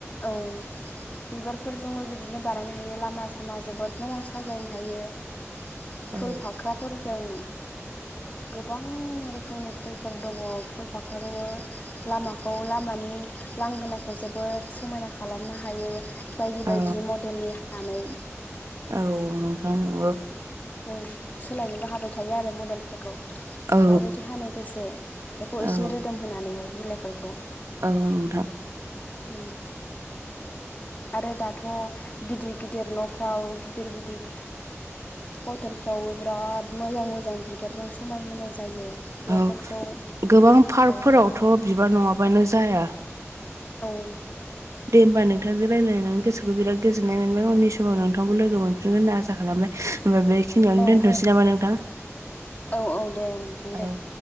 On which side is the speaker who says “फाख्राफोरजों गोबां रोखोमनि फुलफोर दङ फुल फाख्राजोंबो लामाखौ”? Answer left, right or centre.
Left